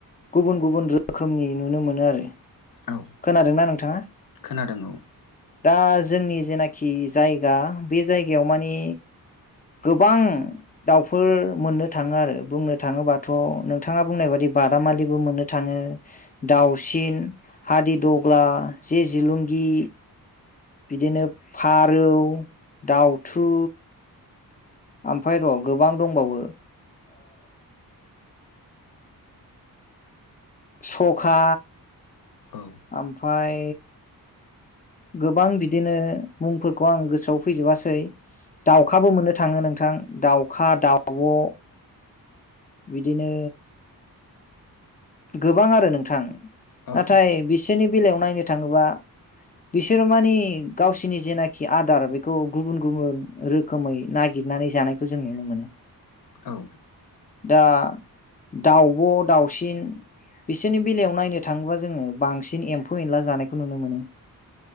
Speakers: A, on the left (about 25°); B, on the left (about 65°).
A: गुबुन गुबुन रोखोमनि नुनो मोनो आरो।
B: औ
A: खोनादोंना नोंथाङा?
B: खोनादों औ।
A: दा जोंनि जेनाखि जायगा बे जायगायाव मानि गोबां दाउफोर मोननो थाङो आरो। बुंनो थाङोबाथ' नोंथाङा बुंनाय बादि बादामालिबो मोननो थाङो। दाउसिन, हादि दग्ला, जे जलुंगि बिदिनो फारौ, दाउथु ओमफ्राय र' गोबां दंबावो। सखा।
B: औ।
A: ओमफाय गोबां बिदिनो मुंफोरखौ आं गोसोआव फैजोबासै। दाउखाबो मोननो थाङो नोंथां दाउखा, दाउब' बिदिनो गोबां आरो नोंथां
B: औ
A: नाथाय बिसोरनि बेलायाव नायनो थाङोबा बिसोरो मानि गावसिनि जेनाखि आदार बेखौ गुबुन गुबुन <unintelligible> रोखोमै नागिरनानै जानायखौ जों नुनो मोनो।
B: औ।
A: दा दाउब', दाउसिन बिसोरनि बेलायाव नायनो थाङोबा जोङो बांसिन एम्फौ- एनला जानायखौ नुनो मोनो।